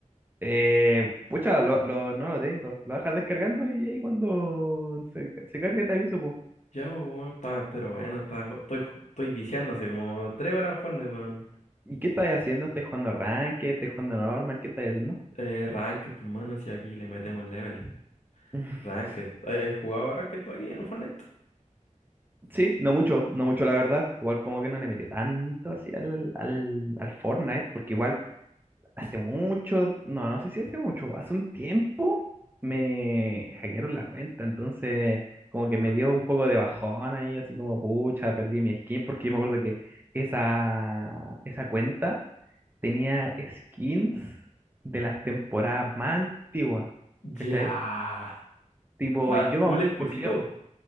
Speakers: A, on the right (about 15°); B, on the left (about 65°).
A: eh, pucha, lo, lo- no lo tengo. Lo dejas descargando y ahí cuando se, se cargue te aviso, pues.
B: Ya, pues bueno, está, pero bueno, está, ju- estoy, ju- estoy viciando hace como tres horas Fortnite, weón.
A: ¿Y qué estás haciendo? ¿Estás jugando Ranked? ¿Estás jugando normal? ¿Qué estás haciendo?
B: Eh, Ranked, pues mano, si aquí le metemos level.
A: <laughs>
B: Ranked. ¿Hay, hay jugado Ranked tú aquí en Fortnite?
A: Sí, no mucho, no mucho la verdad. Igual como que no le metió tanto así al, al, al Fortnite, porque igual hace mucho, no, no sé si hace mucho, hace un tiempo me hackearon la cuenta, entonces como que me
B: Ah.
A: dio un poco de bajón ahí, así como pucha, perdí mi skin, porque yo me acuerdo que esa, esa cuenta tenía skins de las temporadas más antiguas,
B: Ya.
A: ¿cachai? Tipo,
B: O sea,
A: yo,
B: full
A: me-
B: exclusivo.
A: porque yo,